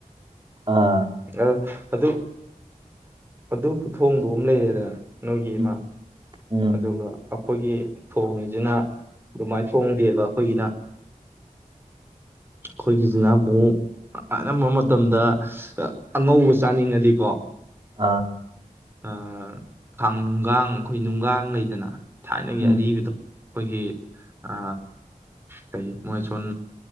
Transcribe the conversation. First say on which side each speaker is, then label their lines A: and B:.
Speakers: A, on the right; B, on the right.
A: ꯑꯥ
B: ꯑ ꯑꯗꯨ ꯑꯗꯨ ꯈꯨꯊꯣꯡꯗꯣ ꯑꯃ ꯂꯩꯔꯦꯗꯅ ꯅꯣꯏꯒꯤ
A: ꯎꯝ
B: ꯏ ꯃꯥ
A: ꯎꯝ
B: ꯑꯗꯨꯒ ꯑꯩꯈꯣꯏꯒꯤ ꯊꯣꯡꯉꯤꯁꯤꯅ ꯑꯗꯨꯃꯥꯏꯅ ꯊꯣꯡꯗꯦꯕ ꯑꯩꯈꯣꯏꯒꯤꯅ
A: <inaudible>
B: ꯑꯩꯈꯣꯏꯒꯤꯖꯤꯅ ꯑꯃꯨꯛ ꯑꯅꯝꯕ ꯃꯇꯝꯗ ꯑ ꯑꯉꯧꯕ ꯆꯥꯅꯤꯡꯉꯗꯤꯀꯣ
A: ꯑꯥ
B: ꯑ ꯈꯪ ꯒꯥꯡ ꯑꯈꯣꯢ ꯅꯨꯡꯒꯥꯡ ꯂꯩꯗꯅ ꯊꯥꯏꯅꯒꯤ
A: ꯎꯝ
B: ꯑꯔꯤꯕꯗꯣ ꯑꯩꯈꯣꯏꯒꯤ ꯑ ꯀꯩ ꯃꯣꯏꯁꯣꯟ